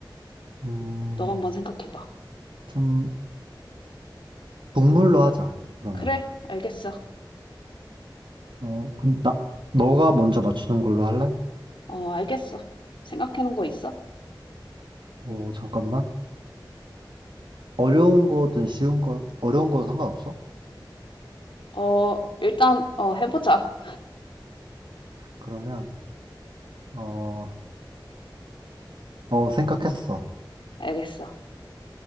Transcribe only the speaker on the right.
음,
좀, 동물로 하자, 그러면.
어, 그럼 나, 너가 먼저 맞추는 걸로 할래?
어, 잠깐만. 어려운 거든 쉬운 거, 어려운 거 상관없어?
그러면, 어, 어, 생각했어.